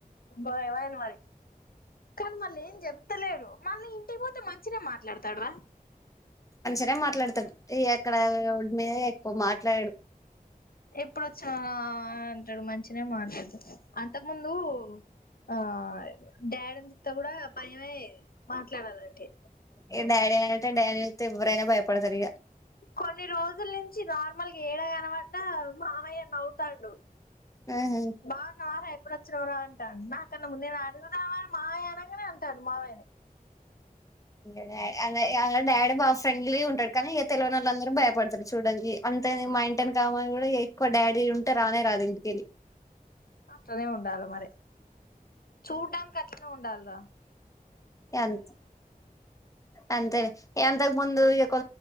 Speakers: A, on the left (about 75°); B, on the left (about 20°).
A: భయం అయింది మరి కానీ మళ్ల ఏం చెప్తలేడు మళ్ళీ ఇంటికి పోతే మంచిినే మాట్లాడతాడ్ రా
B: అదే మాట్లాడతాడ్ ఎ ఎక్కడా మీద ఎక్కువ మాట్లాడడు
A: ఎప్పుడు వచ్చావ్ రా అంటడు మంచిి నె మాట్లాడతాడు అంతక్ ముందు ఆ డాడీన్ తో కూడా భయమయేది మాట్లాడాలంటే
B: ప డాడీ అని అంటే డాడి అయితే ఎవ్వరైనా భయపడతారు ఇక
A: కొన్ని రోజుల్ నుంచి నార్మల్ ఏడగనడ్డ మామయ్య నవ్వుతాండు
B: ఆహా
A: బాగున్న ఆహా ఎప్పుడొచ్చినరా అంట అంటా నాకన్నా ముందె నేను అడుగుదావా మామయ్య అనగానే అంటాను మావయ్యని
B: ఇ అ అ డాడీ బా ఫ్రెండ్లీ ఉంటాడు కానీ తెలియని వాళ్ళ అందరూ భయపడతారు చూడానికి అంతే మా ఇంటిని కామని కూడా ఎక్కువ డాడీ ఉంటే రానే రాదు ఇంటికెళ్ళి
A: అట్లానే ఉండాల మరి చూడ్డం గట్లే ఉండాలరా
B: ఎన్ అంతే లె ఎం ఇంతకు ముందు ఇ కొ